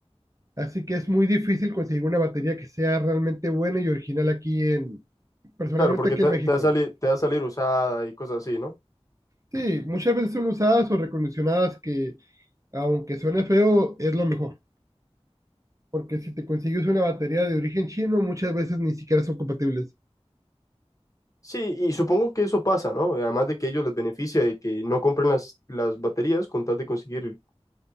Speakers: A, on the right; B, on the left.
A: Así que es muy difícil conseguir una batería que sea realmente buena y original aquí en, personalmente
B: Claro, porque
A: aquí
B: te,
A: en México.
B: te va a salir, te va a salir usada y cosas así, ¿no?
A: Sí, muchas veces son usadas o recondicionadas que, aunque suene feo, es lo mejor. porque si te consigues una batería de origen chino, muchas veces ni siquiera son compatibles.
B: Sí, y supongo que eso pasa, ¿no? Además de que ellos les beneficia de que no compren las, las baterías con tal de conseguir